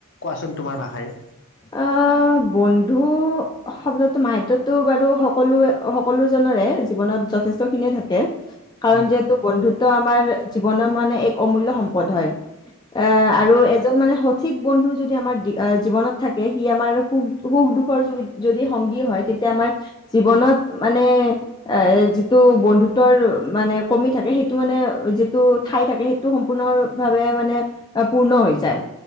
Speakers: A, on the left (about 55°); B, on the left (about 20°).
A: কোৱাচোন তোমাৰ ভাষাৰে
B: আহ বন্ধু শব্দতো মাহাত বাৰু সকলো সকলো জনৰে জীৱনত যথেষ্টখিনিয়ে থাকে কাৰণ
A: উম
B: যিহেতু বন্ধুত্ব আমাৰ জীৱনৰ মানে এক অমূল্য সম্পদ হয়। এ
A: হয়
B: আৰু এজন মানে সঠিক বন্ধু যদি আমাৰ জীৱনত থাক কে সি আমাৰ সুখ সুখ দুখৰ য-যদি সংগী হয় তেতিয়া আমাৰ, জীৱনত, মানে এ যিটো বন্ধুত্বৰ মানে কমি থাকে সেইটো মানে যিটো ঠাই থাকে সেইটো সম্পূৰ্ণ ভাৱে মানে, পূৰ্ণ হৈ যায়।